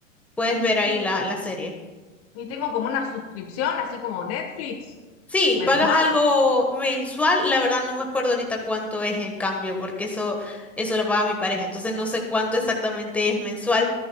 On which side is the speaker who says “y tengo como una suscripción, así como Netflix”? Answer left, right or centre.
Left